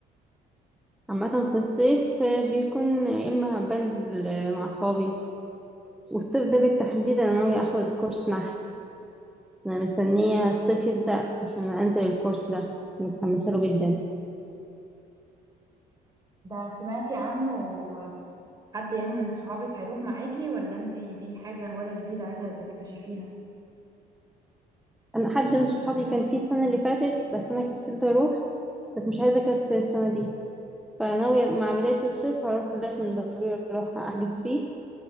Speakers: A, in the centre; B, on the right.
A: عامة في الصيف آه، بيكون يا إما بنزل آه، مع صحابي والصيف ده بالتحديد أنا ناوية أخد كورس نحت أنا مستنية الصيف يبدأ عشان أنزل الكورس ده متحمسة له جدا
B: ده سمعتي عنه حد يعني من صحابك هيروح معاكي ولا انتي دي حاجة هواية جديدة عايزة تكتشفيها
A: أنا حد من صحابي كان فيه السنة اللي فاتت بس أنا كسلت أروح بس مش عايزة أكسل السنة دي فناوية مع بداية الصيف هروح لازم ضروري اروح احجز فيه